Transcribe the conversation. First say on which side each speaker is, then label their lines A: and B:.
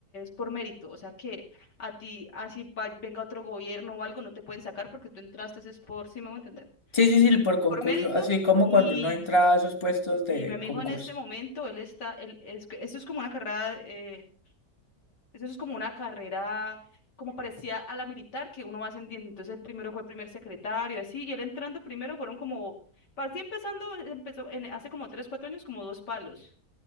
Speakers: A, on the left (about 80°); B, on the left (about 15°).
A: por mérito, o sea que a ti, así va- venga otro gobierno o algo, no te pueden sacar porque tú entraste es por, si me voy a entender,
B: Sí, sí, sí, por concurso.
A: por mérito.
B: Así como
A: Y,
B: cuando uno entra a esos puestos de
A: y mi amigo
B: concursos.
A: en este momento, él está, él es, que eso es como una carrera, eh, eso es como una carrera, como parecía a la militar, que uno va ascendiendo. Entonces el primero fue primer secretario, así, y él entrando primero fueron como, para así empezando, empezó en, hace como tres, cuatro años, como dos palos.